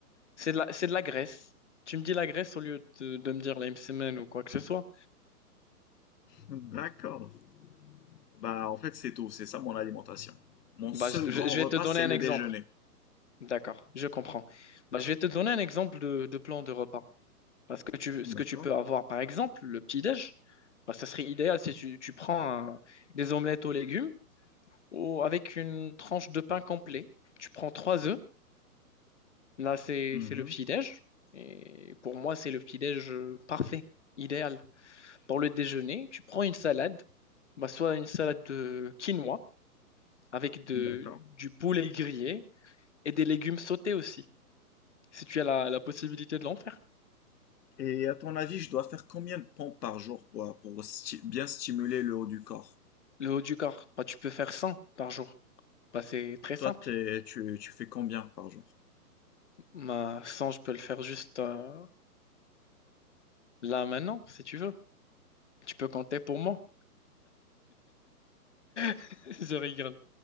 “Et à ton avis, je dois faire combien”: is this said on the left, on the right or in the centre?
Left